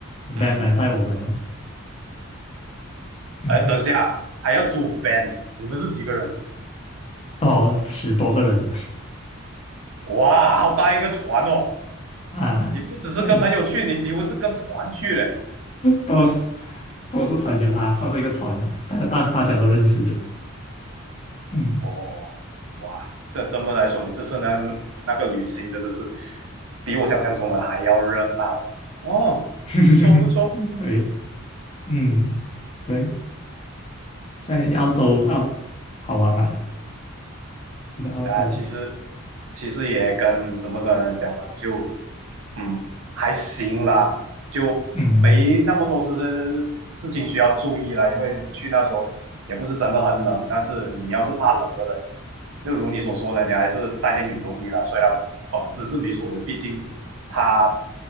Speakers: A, on the left; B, on the right.
A: van
B: 嗯嗯，
A: 来载我们哦。嗯，
B: 哎，等一下还要租 van，你们是几个人？
A: 哦，十多个人
B: 哇，好大一个团哦！
A: 啊，
B: 你不只是跟朋友去，
A: 对，
B: 你几乎是跟团去嘞。
A: <laughs> 都是都是朋友啊，算是一个团啊，大家大大家都认识的。嗯，
B: 哦，哇，这这么来说，你这次呢那个旅行真的是比我想象中的还要热闹哦，
A: <laughs>
B: 不错不错。
A: 对，嗯对，在澳洲澳好玩嘛？你的澳洲，
B: 那、其实其实也跟怎么怎么讲呢，就嗯，还行啦，就没那么多事事情需要注意了，
A: 嗯
B: 因为去那时候也不是真的很冷，但是你要是怕冷的人，就如你所说的，你还是带件羽绒衣啦。虽然我本身是没所谓，毕竟它